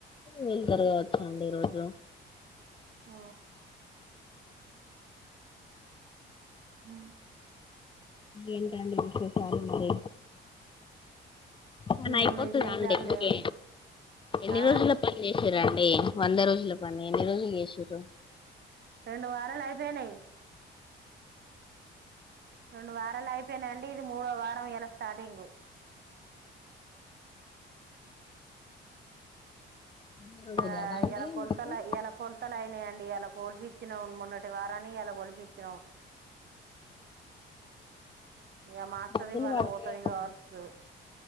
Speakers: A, on the left; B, on the right.
A: వెళ్తారు కా అండి ఈరోజు
B: ఆ హ
A: ఏంటండి విశేషాలు మరి పని
B: ఏం
A: అయిపోతద
B: విశేషాలు
A: అండి ఇంకే
B: లేవు
A: ఎన్ని
B: ఆ
A: రోజుల్లో పని చేసిరా అంటే వంద రోజు ఇలా పని ఎన్ని రోజులు చేసిరు తో
B: రెండు వారాలు అయిపోయినయి రెండు వారాలు అయిపోయినా అండి ఇది మూడో వారం ఇలా స్టార్టింగ్
A: వంద రోజులు
B: ఇయల
A: కదా అండి
B: కొలతలు
A: మొత్తం
B: అయి ఇయల కొలతలు అయినాయండి ఇయాలా కోల్పిచ్చిన మొన్న ఎటు కారని ఇయల కోల్పిచినం ఇగా మాస్టర్
A: డబ్బులు
B: ఇవాళ
A: పడతాయి
B: పోతది
A: అట్లా
B: కావచ్చు